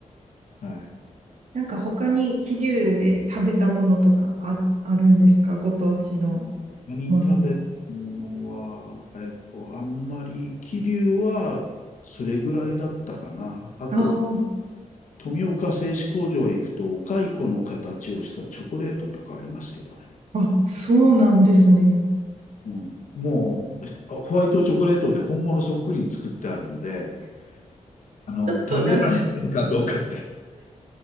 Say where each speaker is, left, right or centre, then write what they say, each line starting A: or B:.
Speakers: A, on the left; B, on the right.
A: はい。
B: なんか他に桐生で食べたものとかあ、あるんですかご当地の
A: 他に食べたものは、
B: もの。
A: えっと、あんまり、桐生はそれぐらいだったかな。あと、
B: あー
A: 富岡製糸工場へ行くと、お蚕の形をしたチョコレートとかありますけどね。
B: あ、そうなんですね。
A: うん、もう、ホワイトチョコレートで本物そっくりに作ってあるので、あの、
B: ちょっとなんか
A: 食べられるかどうかって。
B: <laughs>
A: <laughs>